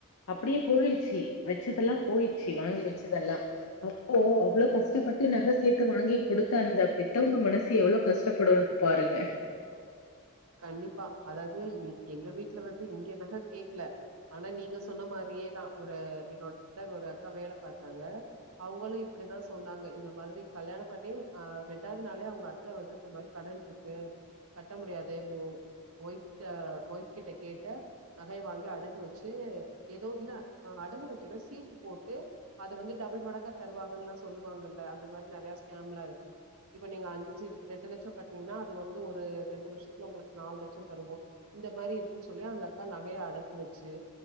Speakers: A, on the left; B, on the right.
A: அப்டியே போயிருச்சி வெச்சதெல்லா போயிருச்சி வாங்கி வெ ச்சதெல்லா அப்போ அவ்ளோ கஷ்டப்பட்டு நக சேத்து வாங்கி குடுத்த அந்த பித்தவங்க மனசு எவ்ளொ கஷ்டப்படுன் பாருங்க
B: கண்டிப்பா அதாது எங் எங்க வீட்லெ வந்து இங்க நக கேக்லெ ஆனா நீங்க சொன்னா மாரியேதா ஒரு என்னோட ஒரு அக்கா வேல பாத்தாங்க அவுங்களு இப்டிதா சொன்னாங்க இந்த மாதிரி கல்யாண பண்ணி ஆ ரெண்டாவது நாளே அவுங்க அத்த வந்து இந்த மாரி கடன்ருக்கு கட்ட முடியாத் து ஒய்ஃப்ட ஒய்ஃப் கிட்ட கேட்டு நகைய வாங்கி அடகு வச்சி எதோ இல்ல அடகு வக்கல சீட்டு போட்டு அத வந்து டபுள் மடங்கா தருவாங்லா சொல்லுவாங்கல அந்த மாரி நறயா ஸ்கம்லா இருக்கு இப்ப நீங்க அஞ்சி ரெண்டு லெச்சம் கட்னீங்னா அது வந்து ஒரு ரெண்டு வருஷ் த்ல ஒங்ளுக் நால்லெச்ச தருவோ இந்த மாரி இருக்குன் சொல்லி அந்த அக்கா நகய அடகு வச்சி